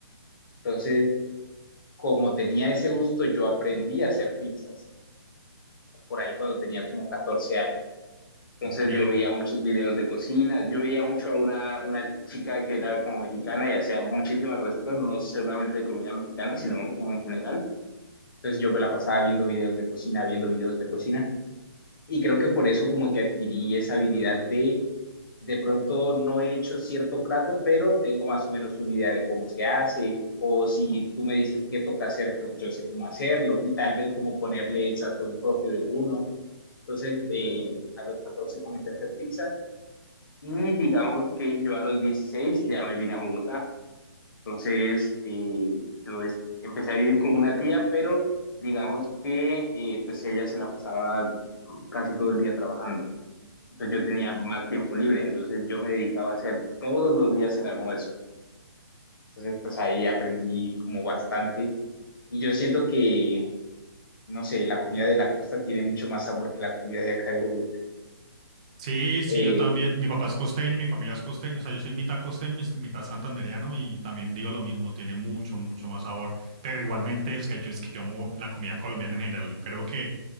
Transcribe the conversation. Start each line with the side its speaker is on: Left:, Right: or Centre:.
Left: Entonces, como tenía ese gusto, yo aprendí a hacer pizzas por ahí cuando tenía como 14 años. Entonces
Right: Ok.
Left: yo veía muchos videos de cocina, yo veía mucho a una, una chica que era como mexicana y hacía muchísimas recetas, no solamente de comida mexicana, sino como en general. Entonces yo me la pasaba viendo videos de cocina, viendo videos de cocina y creo que por eso como que adquirí esa habilidad de pronto no he hecho cierto plato, pero tengo más o menos una idea de cómo se hace, o si tú me dices qué toca hacer, pues yo sé cómo hacerlo, y tal vez cómo ponerle el sazón propio de uno. Entonces, eh, a los 14 comencé a hacer pizza y digamos que yo a los 16 ya me vine a Bogotá. Entonces, eh, yo es- empecé a vivir con una tía, pero digamos que eh, pues ella se la pasaba casi todo el día trabajando pues yo tenía más tiempo libre, entonces yo me dedicaba a hacer todos los días el almuerzo. Entonces, pues ahí aprendí como bastante y yo siento que, no sé, la comida de la costa tiene mucho más sabor que la comida de acá de Bogotá.
Right: Sí, sí,
Left: Eh,
Right: yo también. Mi papá es costeño, mi familia es costeño. O sea, yo soy mitad costeño, mis- mitad santandereano y también digo lo mismo. Tiene mucho, mucho más sabor. Pero igualmente es que yo, es que yo amo la comida colombiana en general. Creo que